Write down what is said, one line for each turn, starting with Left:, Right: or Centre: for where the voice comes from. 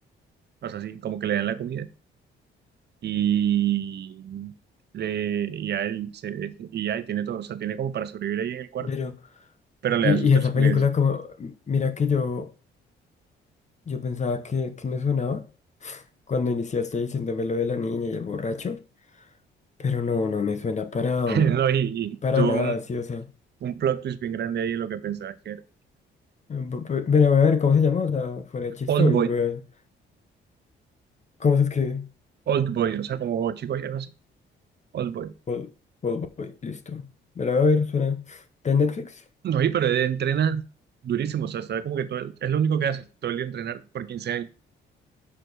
Right: O sea, así como que le dan la comida. y le y a él se, y ya y tiene todo, o sea, tiene como para sobrevivir ahí en el cuarto,
Left: Pero,
Right: pero
Left: y,
Right: le dan
Left: y
Right: sus tres
Left: esa
Right: comidas.
Left: película como, mira que yo... Yo pensaba que, que me sonaba cuando iniciaste diciéndome lo de la niña y el borracho, pero no, no me suena para,
Right: <laughs>
Left: um,
Right: No, y, y
Left: para
Right: tuvo
Left: nada,
Right: un,
Left: sí, o sea.
Right: un plot twist bien grande ahí lo que pensaba que era
Left: bu- bu- Bueno, voy a ver cómo se llama, o sea, fuera de chiste,
Right: Old
Left: y
Right: Boy,
Left: voy a ver cómo se escribe.
Right: Old Boy, o sea, como chico ya no sé, Old Boy.
Left: Vol- Volvoy, listo. Me la voy a ver, suena. ¿Está en Netflix?
Right: No, y pero él entrena durísimo, o sea, está como que todo, el- es lo único que hace, todo el día entrenar por 15 años.